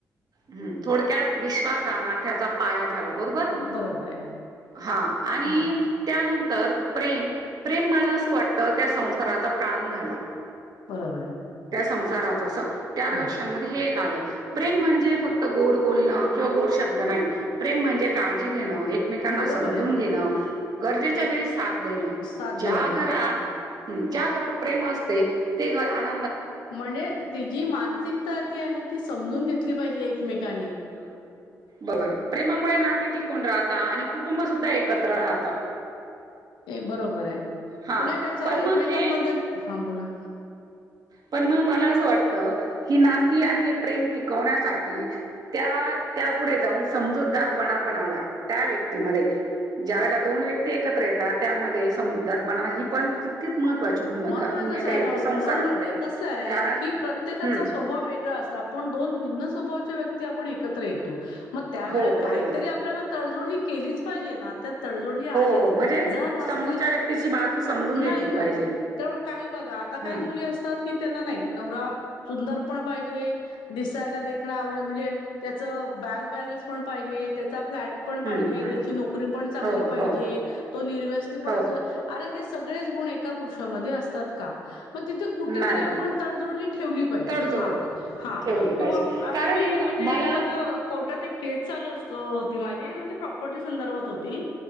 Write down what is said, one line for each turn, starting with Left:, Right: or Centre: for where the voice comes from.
Right: हम्म थोडक्यात विश्वास ह नात्याचा पाया बरोबर
Left: बरोबर आहे
Right: हा आणि
Left: हा
Right: त्यानंतर तर प्रेम प्रेम मला असं वाटतं त्या संसाराचा प्राण झाला.
Left: बरोबर आहे.
Right: संसाराच अस त्या रहस्य
Left: हा
Right: मध्ये हे आल, प्रेम म्हणजे फक्त गोड बोलणं किंवा गोड शब्द नाही प्रेम म्हणजे काळजी घेणं. एकमेकांना
Left: बरोबर
Right: समजून
Left: आहे.
Right: घेणं गरजेच्या
Left: ए
Right: वेळी साथ देणं
Left: साथ
Right: ज्या
Left: देणार
Right: घरात हम - ज्या घरात प्रेम असते ते घर आण
Left: म्हणजे ती जी मानसिकता ती आहे ती स समजून घेतली पाहिजे एकमेकानी.
Right: बरोर प्रेमामुळे नाते टिकून राहता आणि कुटुंब सुद्धा एकत्र राहत.
Left: एक बरोबर आहे.
Right: हा
Left: हे कसं
Right: पण
Left: एकमेकांबद्दल
Right: मग हे
Left: हा बोला.
Right: पण मग मला अस वाटत की नाती ही आणि प्रेम टिकवण्यासाठी त्या पुढे जाऊन समजूतदारपणा पण आला त्या व्यक्तीमध्ये ज्यावेेळेला दोन व्यक्ती एकत्र येतात त्यामध्ये समजुदारपणा ही पण तितकीच महत्त्वाची भूमिका
Left: महत्त्वाचं
Right: भूमिका
Left: साहेब
Right: येते
Left: म्हणून
Right: संसारामध्ये.
Left: बते कसं आहे,
Right: कारण
Left: की प्रत्येकाचा
Right: हं.
Left: स्वभाव वेगळा असा आपण दोन भिन्न स्वभावाच्या व्यक्ती आपण एकत्र येतो मग त्यावेळेला
Right: हो, बरोबर.
Left: काहीतरी आपल्याला तडजोड ही केलीच पाहिजे ना त्या तडजोड ह आलीच
Right: हो, हो. म्हणजे
Left: जर नसली
Right: समोरच्या व्यक्तीची बाजू समजून घेतली
Left: नाही होत
Right: पाहिजे.
Left: तर काही बघा, आता काही
Right: हं.
Left: मुली असतात की त्यांना नाही नवरा सुंदर पण पाहिजे, दिसायला देखण म्हणजे त्याचं बँक बॅलन्स पण पाहिजे त्याचा फलॅट पण पाहिजे,
Right: हं, हं.
Left: त्याची नोकरी पण चांगली
Right: हो,
Left: पाहिजे,
Right: हो.
Left: तो निर्वसनि पण
Right: हो.
Left: असले पाहिजे, अरे सगळेच गुण एका पुरुषामध्ये असतात का? मग तिथे कुठेतरी
Right: नाही.
Left: आपण तडजोड ठेवली पाहिजे
Right: तडजोड
Left: हा, हा
Right: ठेवली पाहिजे
Left: किंवा आ
Right: कारण
Left: मी
Right: हे बघा
Left: म्ह एक
Right: मला
Left: माजा कोर्टात केस चालू अस होती माझी म्हणजे प्रॉपर्टी संदर्भात होती